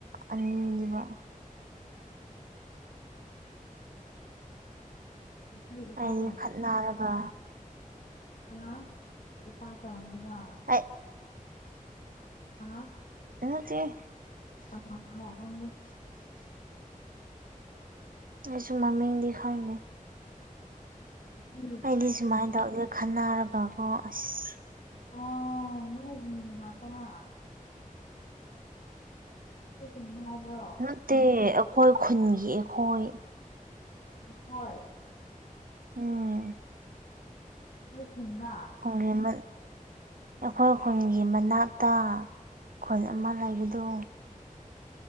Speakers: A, on the right; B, on the left.
A: ꯑꯅꯤꯅꯦꯕꯥ
B: ꯑꯩꯈꯣꯏ ꯏꯄꯥꯇꯣꯟ
A: ꯑꯩ ꯈꯠꯅꯔꯕ
B: ꯍꯥ ꯅꯨꯄꯥ ꯑꯇꯣꯝꯕꯗꯣ
A: ꯑꯩ
B: ꯍꯥ
A: ꯏꯠꯅꯥꯗꯦ
B: <unintelligible>
A: ꯑꯩꯁꯨ ꯃꯃꯤꯡꯗꯤ ꯈꯪꯉꯦ
B: ꯑꯍꯣꯏ
A: ꯑꯩꯗꯤ ꯁꯨꯃꯥꯏꯅ ꯇꯧꯗꯦ ꯈꯟꯅꯔꯒꯀꯣ ꯑꯁ
B: ꯑꯣ ꯅꯣꯏꯗꯅꯤ ꯅꯅꯥꯛꯇꯔ ꯅꯣꯏꯒꯤꯅꯦ ꯍꯥꯏꯕꯔꯣ
A: ꯅꯠꯇꯦ ꯑꯩꯈꯣꯏ ꯈꯨꯟꯒꯤ ꯑꯩꯈꯣꯏ
B: ꯑꯩꯈꯣꯏ
A: ꯎꯝ
B: ꯑꯩꯈꯣꯏ ꯈꯨꯟꯗꯥꯥ
A: <unintelligible> ꯑꯩꯈꯣꯏ ꯈꯨꯟꯒꯤ ꯃꯅꯥꯛꯇ ꯈꯨꯟ ꯑꯃ ꯂꯩꯕꯗꯨ